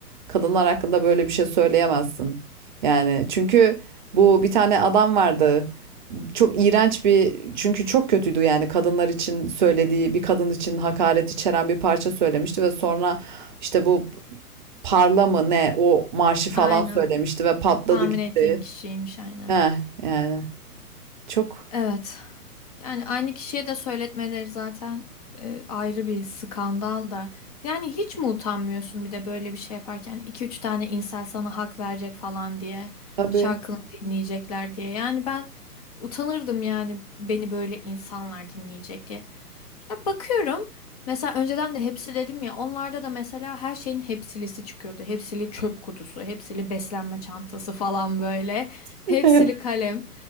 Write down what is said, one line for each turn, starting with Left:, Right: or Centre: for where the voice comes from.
Right: kadınlar hakkında böyle bir şey söyleyemezsin. Yani çünkü bu bir tane adam vardı. Çok iğrenç bir çünkü çok kötüydü yani kadınlar için söylediği bir kadın için hakaret içeren bir parça söylemişti ve sonra işte bu parla mı ne o marşı falan
Left: Aynen.
Right: söylemişti ve patladı
Left: Tahmin
Right: gitti.
Left: ettiğim kişiymiş aynen.
Right: Heh, yani çok
Left: Evet. Yani aynı kişiye de söyletmeleri zaten e, ayrı bir skandal da. Yani hiç mi utanmıyorsun bir de böyle bir şey yaparken Hani iki üç tane insan sana hak verecek falan diye,
Right: tabii.
Left: şarkını dinleyecekler diye. Yani ben utanırdım yani beni böyle insanlar dinleyecek diye. Ya bakıyorum mesela önceden de hepsi dedim ya onlarda da mesela her şeyin hepsilisi çıkıyordu. Hepsili çöp kutusu, hepsili beslenme çantası falan böyle. Hepsili
Right: <laughs>
Left: kalem.